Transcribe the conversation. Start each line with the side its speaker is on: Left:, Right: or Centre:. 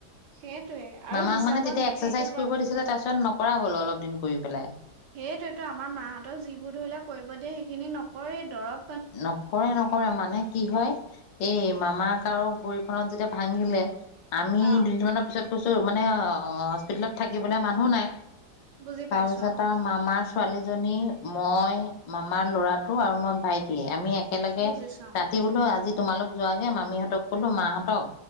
Right: সেইটোয়ে আৰু
Left: মামাক
Right: হিচাপত
Left: মানে তেতিয়া এক্সাৰচাইজ
Right: যিটো বয়
Left: কৰিব দিছিলে তাৰপিছত ন কৰা হ'ল অলপ দিন কৰি পেলাই
Right: সেইটোৱেটো আমাৰ মাহঁতেও যিবোৰ ধৰি লোৱা কৰিব দিয়ে সেইখিনি নকৰেই, দৰৱ
Left: নকৰে নকৰে মানে। কি হয় এই মামাক আৰু ভৰিখনত যেতিয়া ভাঙিলে আমি
Right: অ
Left: দুদিনমানৰ পিছত কৈছো মানে অ' হস্পিতেলত থাকিবলে মানুহ নাই।
Right: বুজি পাইছো
Left: তাৰপিছত
Right: অ
Left: আৰু মামাৰ ছোৱালীজনী, মই, মামাৰ ল'ৰাটো আৰু মই ভাইটি <unintelligible> আমি একেলগে,
Right: বুজিছো
Left: ৰাতি বোলো আজি তোমালোক যোৱাগে মামীহঁতক ক'লো, মাহঁতক